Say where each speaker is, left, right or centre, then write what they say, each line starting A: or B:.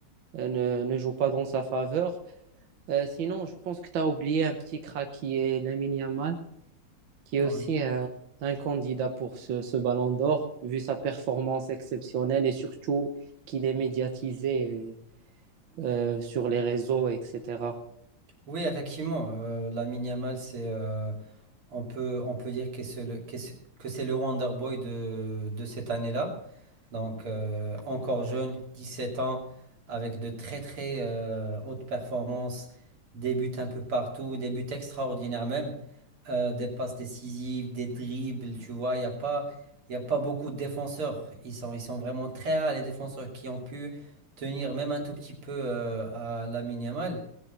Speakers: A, on the right; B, on the right.
A: ne, ne joue pas dans sa faveur. Euh, sinon, je pense que tu as oublié un petit crack qui est Lamine Yamal, qui
B: Ouais.
A: est aussi euh, un candidat pour ce, ce Ballon d'Or, vu sa performance exceptionnelle et surtout qu'il est médiatisé euh, sur les réseaux, etc.
B: Oui, effectivement, euh, Lamine Yamal, c'est, euh, on peut, on peut dire que c'est le, que c'est que c'est le Wonder Boy de, de cette année-là. Donc, euh, encore jeune, 17 ans, avec de très très euh, hautes performances, des buts un peu partout, des buts extraordinaires même, euh, des passes décisives, des dribbles, tu vois, il n'y a pas, il y a pas beaucoup de défenseurs. Ils sont, ils sont vraiment très rares, les défenseurs qui ont pu tenir même un tout petit peu euh, à la minimale